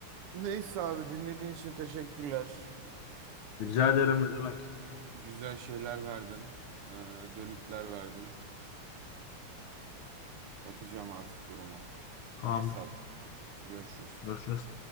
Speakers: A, on the right; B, on the left.
A: Neyse abi dinlediğin için teşekkürler. Güzel
B: Rica ederim ne demek.
A: güzel şeyler verdin. Ee, dönütler verdin. Bakacağım artık duruma.
B: Tamamdır.
A: Neyse abi görüşürüz.
B: Görüşürüz.